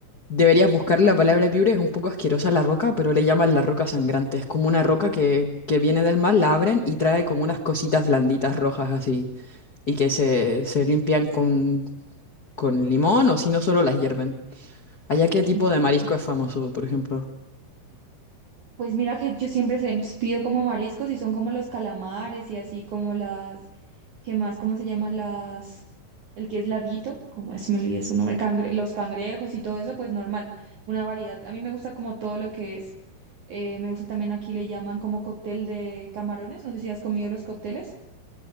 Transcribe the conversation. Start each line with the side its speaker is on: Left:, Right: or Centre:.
Left: deberías buscar la palabra piure, es un poco asquerosa la roca, pero le llaman la roca sangrante. Es como una roca que, que viene del mar, la abren y trae como unas cositas blanditas rojas así, y que se, se limpian con, con limón o si no solo las hierven. ¿Allá
Right: Es,
Left: qué
Right: es
Left: tipo de marisco es famoso, por ejemplo?
Right: Pues mira que yo siempre se- pues, pido como mariscos y son como los calamares y así como las, ¿qué más? ¿Cómo se llaman las? El que es larguito, como se me olvidó su nombre, cangre- los cangrejos y todo eso, pues normal, una variedad. A mí me gusta como todo lo que es, eh, me gusta también aquí le llaman como cóctel de camarones, no sé si has comido los cócteles.